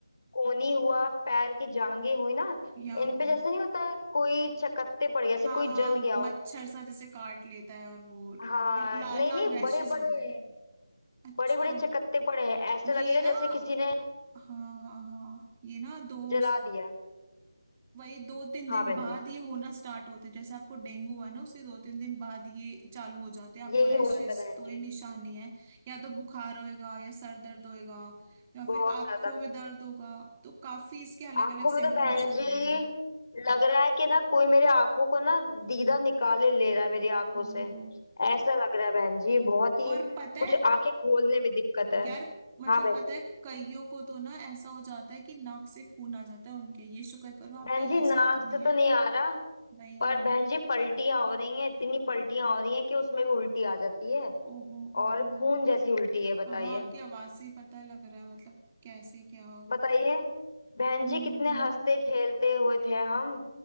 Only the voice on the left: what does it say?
कोहनी हुआ पैर की जांघें हुई ना
इन पे
जैसे नहीं होता कोई चकत्ते पड़ गए जैसे
कोई
जल गया हो
हाँ
नहीं
नहीं
बड़े बड़े
बड़े बड़े चकत्ते पड़े हैं ऐसे लगेगा
जैसे किसी ने
जला दिया
हाँ बहन
जी
यही
हुआ था बहन
जी
बहुत
ज्यादा
आंखों
में
तो बहन
जी
लग रहा है कि ना कोई मेरे आंखों को ना दीदा निकाले ले रहा है मेरी आंखों
से ऐसा लग रहा है बहन जी बहुत ही
कुछ
आंखें खोलने में दिक्कत है
हाँ बहन
जी
बहन
जी नाक
से तो
नहीं आ रहा
पर बहन जी पलटियां हो रही हैं इतनी पलटियां हो रही हैं कि उसमें भी उल्टी आ जाती है
और खून जैसी उल्टी है बताइए
बताइए बहन
जी कितने हंसते खेलते हुए थे हम